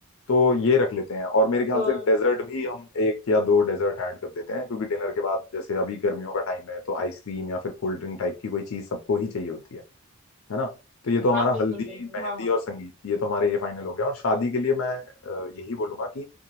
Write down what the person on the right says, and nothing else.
और
हाँ बिल्कुल
बिल्कुल
हाँ हाँ